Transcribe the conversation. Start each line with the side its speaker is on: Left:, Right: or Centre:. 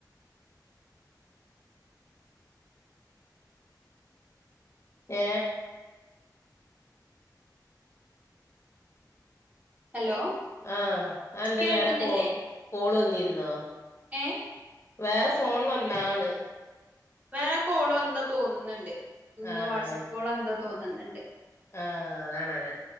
Left: ഏ
Right: ഹലോ
Left: ആ അഅ് ന്തേ
Right: കേൾക്കുന്നില്ലേ
Left: വേറെ കോ കോള് വന്നി ര്ന്നോ
Right: ഏ
Left: വേറെ ഫോൺ വന്നാ ന്ന്
Right: വേറെ കോള് എന്താ തോന്നുന്നുണ്ട് ന്തൊ
Left: ആഹ്
Right: വാട്സആപ്പ്
Left: അത് ശരി.
Right: കോള ന്തോ തോന്ന് വന്ന്ണ്ട്
Left: ആഹ് അതാണത്